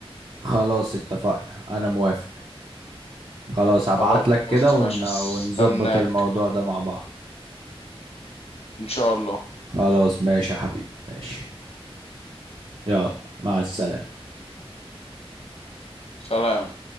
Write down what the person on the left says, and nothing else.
خلاص
ماشي هستناك
ان شاء الله
سلام